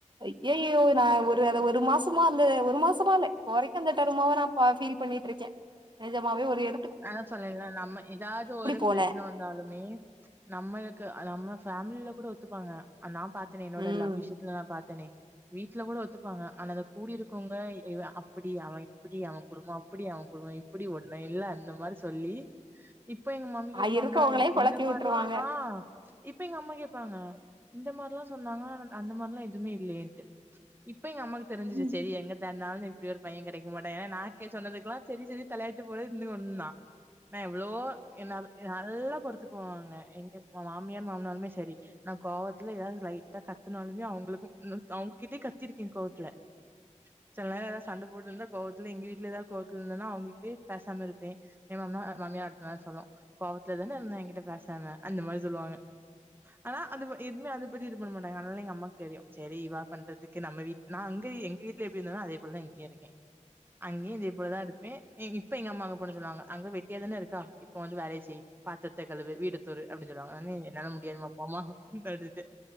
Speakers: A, on the right; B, on the right.
A: ஐய்யய்யோ நா ஒரு அத ஒரு மாசமா வந்து ஒரு மாசமா இல்ல இப்போ வரைக்கு அந்த தருமாவ நா பா ஃபீல் பண்ணிட்டுருக்கே நிஜமாவே ஒரு எ
B: அதா சொல்லேல நம்ம ஏதாவது ஒரு
A: போன
B: பெரச்சன வந்தாலுமே நம்மளுக்கு அ நம்ம ஃபேமில கூட ஒத்துப்பாங்க நா பாத்தேனே என்னோட
A: ம்
B: லவ் விஷயத்துல நா பாத்தேனே வீட்ல கூட ஒத்துப்பாங்க ஆனா அத கூடி இருக்கோங்கை இவ அப்டி அவே இப்டி அவே குடும்போ அப்டி அவ அவுங் குடும்போ இப்டி ஒன்ன இல்ல இந்த மாரி சொல்லி இப்ப எங்க மம்மி கேப்பாங்க
A: அ இருக்கவங்களையு கொழப்பி
B: இந்த
A: விட்டுருவாங்க
B: மாரிலா ஆ இப்ப எங்க அம்மா கேப்பாங்க இந்த மாரிலா சொன்னாங்க ஆனா அந்த மாரிலா ‌‌எதுமே இல்லயேன்ட்டு இப்ப எங்க அம்மாக்கு தெரிஞ்ரிச்சு
A: ம்
B: செரி எங்கத் தடுனாலு இப்டி ஒரு பையே கெடைக்க மாட்டா ஏனா நாக்கே சொன்னதுக்கெல்லா செரி செரி தலையாட்டு போல இருந்து ஒன்னா நா எவ்ளோ என்னால நல்ல பொறுத்து போவாங்க எங்க மாமியார் மாமனாருமே செரி நா கோவத்துல ஏதாவது லைட்டா கத்துனாலுமே அவுங்க உங்களுக்கு நெக்ஸ்டு அவுங்ககிட்டயே கத்திருக்கே கோவத்துல சில நேரோ எதாவது சண்ட போட்டு இருந்தா கோவத்துல எங்க வீட்ல எதாவது கோவத்துல இருந்தனா அவுங்ககிட்டயே பேசாம இரு பே என் மாமனார் மாமியார் அடுத்த நாள் சொல்லு கோவத்துல தான இருந்தா என்கிட்ட பேசாம அந்த மாரி சொல்லுவாங்க ஆனா அது பத் எதுவுமே அத பத்தி இது பண்ண மாட்டாங்க அதனால எங்க அம்மா தெரியு செரி இவ பண்றதுக்கு நம்ம வீட்‌‌‌‌ நான் அங்க எங்க வீட்ல எப்டி இருந்தேனோ அதே போல தா இங்கேயு இருக்கே அங்கேயு இதே போல தா இருப்பே இப்ப எங்க அம்மா அங் போன சொல்லுவாங்க அங்க வெட்டியா தான இருக்கா இப்ப வந்து வேலய செய் பாத்தரத்த கழுவு வீட்டத்தூரு அப்டின் சொல்லுவாங்க ஒடனே என்னால முடியாதுமா போமா ம் அப்டின்ட்டு